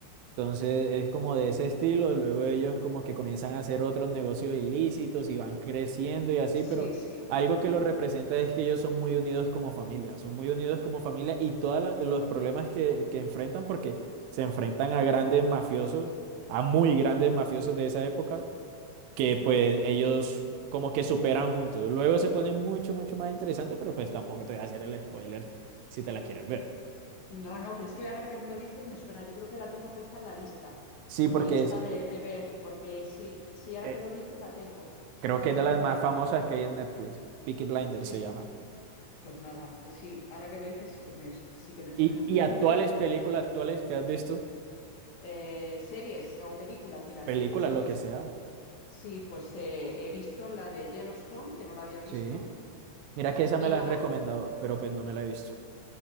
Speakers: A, on the right; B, on the left.
A: Entonces es como de ese estilo, luego ellos como que comienzan a hacer otros negocios ilícitos y van creciendo y así,
B: Sí,
A: pero
B: sí.
A: algo que los representa es que ellos son muy unidos como familia, son muy unidos como familia y todos los problemas que, que enfrentan, porque se enfrentan a grandes mafiosos, a muy grandes mafiosos de esa época, que pues ellos como que superan juntos. Luego se pone mucho, mucho más interesante, pero pues tampoco te voy a hacer el spoiler si te la quieres ver.
B: No, no, pero es que ahora que me lo dices me suena. Yo creo que la tengo puesta en la lista,
A: Sí,
B: en
A: porque
B: mi lista
A: es,
B: de, de ver, porque sí, sí, ahora
A: eh,
B: que lo dices la tengo,
A: creo
B: la
A: que es
B: tengo
A: de las
B: para.
A: más famosas que hay en Netflix. Peaky Blinders
B: Sí,
A: se
B: sí.
A: llama.
B: Pues nada, eh, sí, ahora que lo dices sí que me, sí que me suena.
A: Y, y
B: ¿Y
A: actuales,
B: tú qué
A: películas actuales que has visto,
B: eh, series o películas? Mira,
A: películas,
B: series he
A: lo
B: visto.
A: que sea.
B: Sí, pues eh, he visto la de Yellowstone, que no la había visto.
A: Sí. Mira que esa
B: Y
A: me la
B: luego,
A: han recomendado, pero pues no me la he visto.